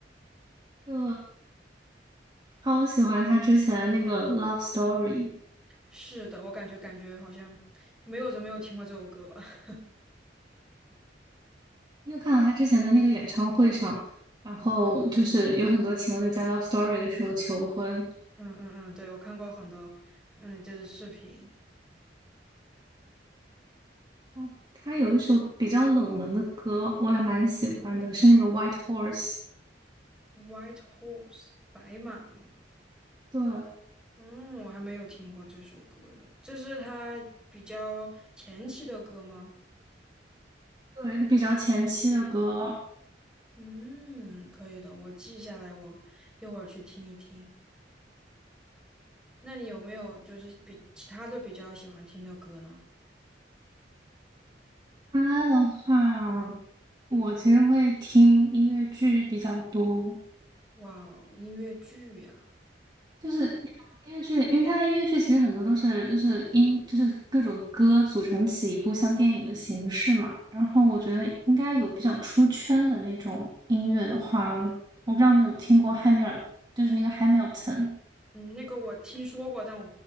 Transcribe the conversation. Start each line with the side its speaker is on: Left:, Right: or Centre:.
Right: 就超喜欢他之前那个《Love Story》。
Centre: 是的，我感觉感觉好像没有人没有听过这首歌吧。<laughs>
Right: 你有看到他之前的那个演唱会上，然后就是有很多情侣在《Love Story》的时候求婚。
Centre: 嗯嗯嗯，对，我看过很多，嗯，就是视频
Right: 嗯，他有一首比较冷门的歌，我还蛮喜欢的，是那个《White Horse》。
Centre: ，White Horse 白马嘛。
Right: 对
Centre: 嗯，我还没有听过这首歌呢。这是他比较前期的歌吗？
Right: 对，比较前期的歌了。
Centre: 嗯，可以的，我记下来，我一会儿去听一听。那你有没有就是比其他的比较喜欢听的歌呢？
Right: 他的话，我其实会听音乐剧比较多，
Centre: 哇哦，音乐剧呀，
Right: 就是音乐剧，因为它的音乐剧其实很多都是就是音就是各种歌组成起一部像电影的形式嘛。然后我觉得应该有比较出圈的那种音乐的话，我不知道你有听过汉密尔，就是那个 Hamilton
Centre: 嗯，那个我听说过，但我